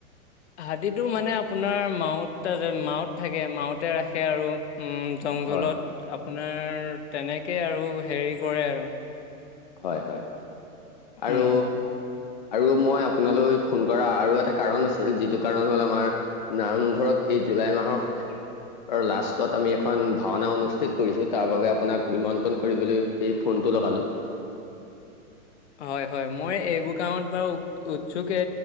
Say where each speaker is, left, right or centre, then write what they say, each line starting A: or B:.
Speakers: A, on the left (about 50°); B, on the left (about 35°).
A: হাতীটো মানে আপোনাৰ মাওত মাওত থাকে মাওতে ৰাখে আৰু। জংঘলত
B: হয়
A: আপোনাৰ তেনেকেই আৰু হেৰি কৰে আৰু।
B: হয় হয় আৰু?
A: উম
B: আৰু মই আপোনালৈ ফোন কৰা আৰু এটা কাৰণ আছিল যিটো কাৰণ হ'ল আমাৰ নামঘৰত এই জুলাই মাহৰ আৰু লাষ্টত আমি এখন ভাওনা অনুষ্ঠিত কৰিছো তাৰ বাবে আপোনাক নিমন্ত্ৰণ কৰিবলৈ এই ফোন টো লগালো।
A: হয় হয় মই এইবোৰ কামত বাৰু উৎছুকে।